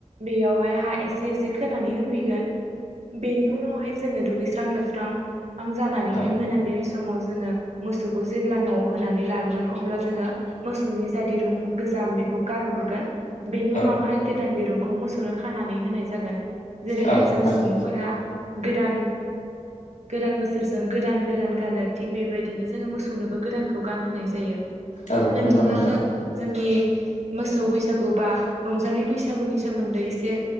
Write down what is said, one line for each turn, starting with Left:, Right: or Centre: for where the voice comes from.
Right: बेयावहाय हा एसे एसे खोनानै होफैगोन बेनि उनावहाय जोङो दुगैस्रां लोबस्रां आं जानानैहाय
Left: औ
Right: मोनाबिलि समाव जोङो मोसौखौ जेब्ला न'आव होनानै लाबोगोन अब्ला जोङो मोसौनि जा दिरुं गोजाम बेखौ गारहरगोन बेनि
Left: औ
Right: उनावहाय
Left: औ
Right: गोदान दिरुंखौ मोसौनो खानानै होनाय जागोन जेरैहाय
Left: औ
Right: जों
Left: नंगौ
Right: सुबुंफोरा गोदान गोदान बोसोरजों गोदान गोदान गानो थिग बेबायदिनो जोङो मोसौनोबो गोदानखौ गानहोनाय जायो
Left: औ
Right: नोंथाङाबो
Left: नंगौ नोंथां
Right: जोंनि मोसौ बैसागु बा रंजालि बैसागुनि सोमोन्दै एसे